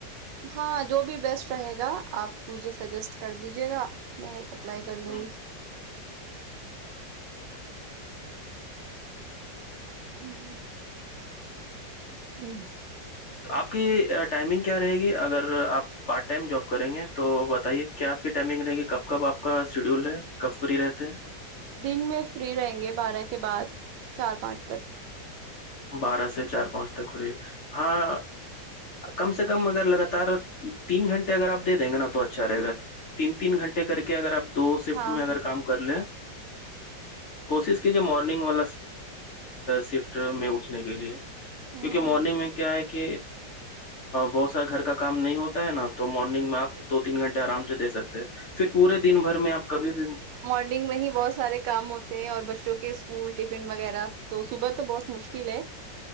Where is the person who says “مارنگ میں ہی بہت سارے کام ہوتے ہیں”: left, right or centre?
Right